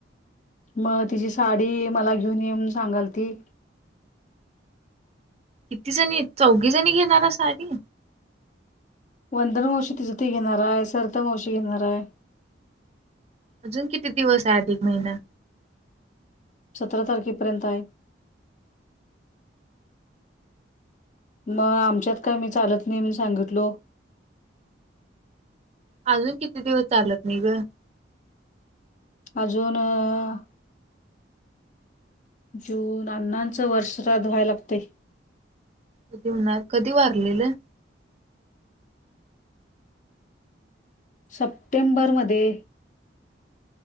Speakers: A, on the left; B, on the right.
A: मग तिची साडी मला घेऊन येऊन सांगल ती
B: किती जणी आहेत? चौघी जणी घेणार साडी?
A: वंदन मावशी तिच ती घेनार आहे सरिता मावशी घेनार आहे.
B: अजून किती दिवस आहे अधिक महिना?
A: सतरा तारखेपर्यंत आहे. मग आमच्यात काय मी चालत नाही म्हणून सांगितलो
B: अजून किती दिवस चालत नाही ग?
A: अजून अह जून अण्णांचं वर्ष श्राद्ध व्हायला लागतय.
B: कधी होणार कधी वारलेले?
A: सप्टेंबरमध्ये.